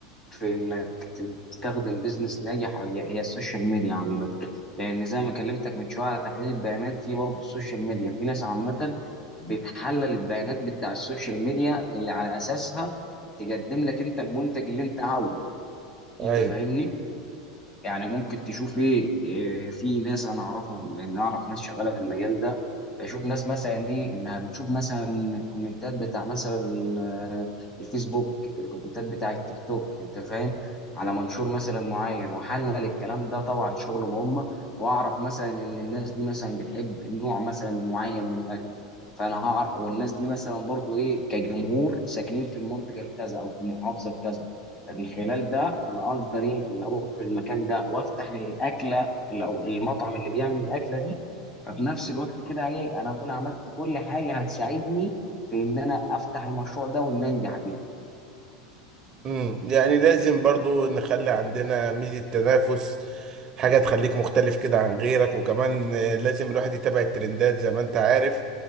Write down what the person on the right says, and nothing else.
أيوه
امم يعني لازم برضو نخلي عندنا ميزة تنافس حاجة تخليك مختلف كده عن غيرك وكمان آه، لازم الواحد يتابع الترندات زي ما انت عارف